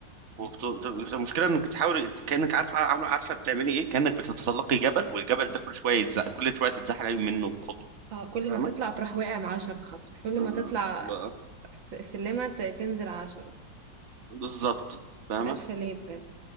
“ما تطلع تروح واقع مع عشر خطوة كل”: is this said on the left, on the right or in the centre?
Right